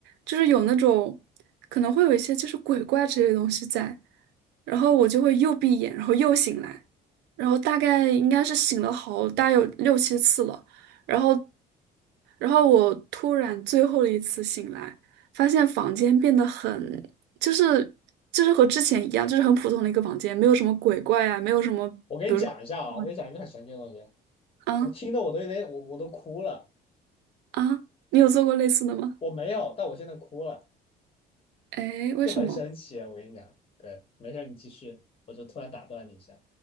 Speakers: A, on the right; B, on the left.
A: 就是有那种可能会有一些就是鬼怪之类的东西在，然后我就会又闭眼，然后又醒来，然后大概应该是醒了好大有六七次了，然后，然后我突然最后一次醒来，发现房间变得很就是就是和之前一样，就是很普通的一个房间，没有什么鬼怪啊，没有什么
B: 我给你讲一下啊，
A: 哇
B: 我给你讲一个很神奇的东西，
A: 啊
B: 我听的我都有点，我我都哭了，
A: 啊，你有做过类似的吗？
B: 我没有，但我现在哭了，
A: 哎，为什么
B: 就很神奇啊，我跟你讲，对，没事儿，你继续，我就突然打断你一下。